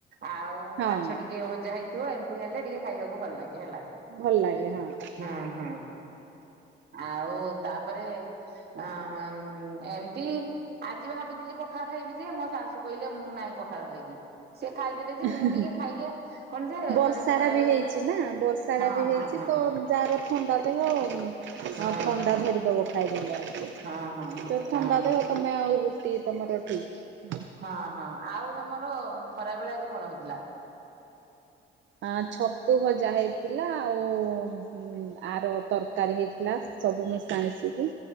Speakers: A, on the right (about 55°); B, on the right (about 70°).
A: ଆଉ
B: ହଁ
A: ମାଛ ଟିକେ ଭଜା ହେଇଥିବ। ହେଇଥିବ ଏମତି ହେଲେ ଟିକେ ଖାଇବାକୁ ଭଲ ଲାଗେ। ହେଲା
B: ଭଲ ଲାଗେ ହଁ।
A: ହୁଁ ହୁଁ। ଆଉ ତାପରେ ଏ ଏମିତି ଆଜି ଭାବିଥିଲି ପଖାଳ ଖାଇବି ଯେ ମୋ ଶାଶୁ କହିଲେ ମୁଁ ନାଇଁ ପଖାଳ ଖାଇବି ସେ ଖାଇଦେଲେ ଯେ
B: ହେଁ
A: ମୁଁ
B: ହେଁ
A: ଟିକେ ଖାଇଲେ କଣ ଯେ
B: ବର୍ଷା
A: ମାନେ ଖରା
B: ଟା ବି
A: ବେଳେ
B: ହେଇଛି ନା ବର୍ଷା
A: ହଁ
B: ଟା ବି
A: ହଁ
B: ହେଇଛି
A: ହଁ
B: ତ ଯାହାର ଥଣ୍ଡା ଦେହ। ଆଉ
A: ହଁ
B: ଥଣ୍ଡା ଧରିଦବ। <unintelligible>
A: ହଁ ହଁ
B: ତ
A: ହଁ
B: ଥଣ୍ଡା ଦେହ ତମେ ଆଉ ରୁଟି ତମର ଠିକ।
A: ହଁ ହଁ ଆଉ ତମର ଖରା ବେଳେ ଆଜି କଣ ହେଇଥିଲା?
B: ଆ ଛତୁ ଭଜା ହେଇଥିଲା ଆଉ ଆର ତରକାରୀ ହେଇଥିଲା ସବୁ ମିଶା ମିଶି